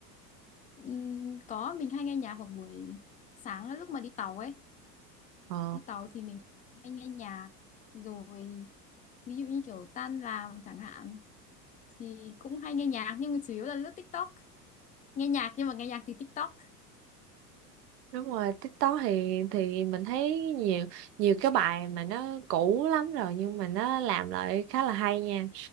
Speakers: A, on the left; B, on the right.
A: Ừm, có mình hay nghe nhạc vào buổi sáng lúc mà đi tàu ấy
B: ồ
A: đi tàu thì mình hay nghe nhạc rồi ví dụ như kiểu tan làm chẳng hạn thì cũng hay nghe nhạc nhưng mà chủ yếu là lướt TikTok nghe nhạc nhưng mà nghe nhạc từ TikTok
B: đúng rồi TikTok thì thì mình thấy nhiều nhiều cái bài mà nó cũ lắm rồi nhưng mà nó làm lại khá là hay nha